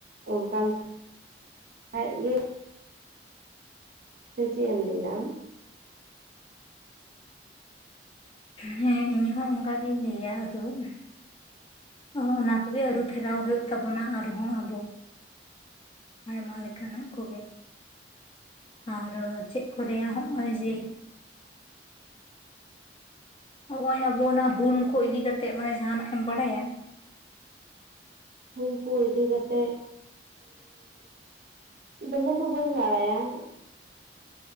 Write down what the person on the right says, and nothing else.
ᱚᱱᱠᱟᱱ ᱟᱡ ᱜᱮ ᱥᱮ ᱪᱮᱫ ᱮᱢ ᱞᱟᱹᱭᱮᱫᱟ ᱟᱢ?
ᱦᱩᱞ ᱠᱚ ᱤᱫᱤ ᱠᱟᱛᱮ ᱫᱚᱢᱮ ᱫᱚ ᱵᱟᱹᱧ ᱵᱟᱲᱟᱭᱟ ᱾